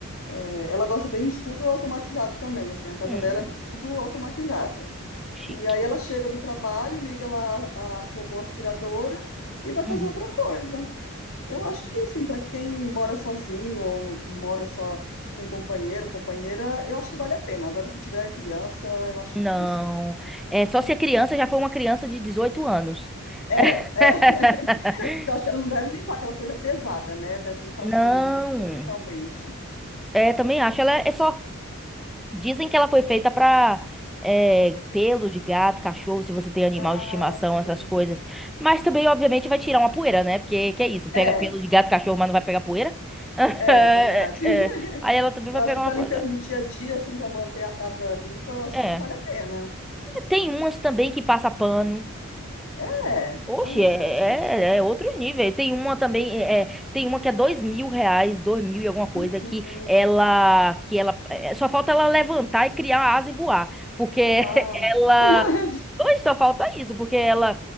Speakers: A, on the left; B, in the centre.
A: É, ela gosta bem de tudo automatizado também, assim, a casa
B: Hum,
A: dela é tudo automatizada.
B: chique.
A: E aí ela chega do trabalho, liga lá a robô aspiradora e vai
B: Uhum.
A: fazer outra coisa. Eu acho que assim, para quem mora sozinho ou mora só com companheiro, companheira, eu acho que vale a pena. Agora, se tiver criança, eu acho
B: Não.
A: difícil.
B: É só se a criança já foi uma criança de 18 anos.
A: É,
B: <laughs>
A: é, <laughs> porque eu acho que ela não deve limpar aquela coisa pesada, né? Deve limpar
B: Não.
A: assim superficialmente.
B: É, também acho. Ela é só Dizem que ela foi feita pra eh, pelo de gato, cachorro, se você tem animal
A: Ah,
B: de estimação,
A: sim.
B: essas coisas. Mas também, obviamente, vai tirar uma poeira, né? Porque que é isso? Pega
A: É,
B: pelo de gato, cachorro, mas não vai pegar poeira? <laughs>
A: é
B: É,
A: verdade. <laughs>
B: é. Aí ela também vai
A: Eu
B: pegar
A: acho que para
B: uma poeira.
A: limpeza do dia a dia, assim, para manter a casa limpa, eu acho
B: É.
A: que vale a pena.
B: Tem umas também que passa pano.
A: É,
B: Oxe,
A: olha
B: é,
A: só, gente.
B: é, é outros níveis. Tem uma também, é, é, tem uma que é dois mil reais, dois mil e alguma coisa,
A: Hum,
B: que
A: hum, hum.
B: ela, que ela, é, só falta ela levantar e criar a asa e voar, porque <laughs>
A: Ah,
B: ela,
A: <laughs>
B: hoje só falta isso, porque ela,